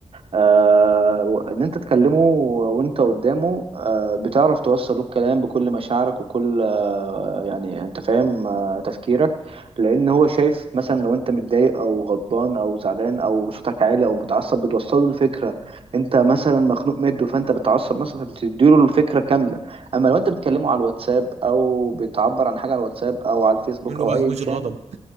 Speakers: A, on the right; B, on the right.
A: آه، ان انت تكلمه وانت قدامه آه، بتعرف توصل له الكلام بكل مشاعرك وكل آه، يعني انت فاهم آه، تفكيرك لان هو شايف مثلا لو انت متضايق او غضبان او زعلان او صوتك عالي او متعصب بتوصل له الفكره انت مثلا مخنوق مده فانت بتعصب مثلا فبتديله الفكره كامله اما لو انت بتكلمه على الواتساب او بتعبر عن حاجه على الواتساب او على الفيسبوك
B: تقول له
A: او
B: بقى
A: ايا
B: وجه
A: كان
B: الغضب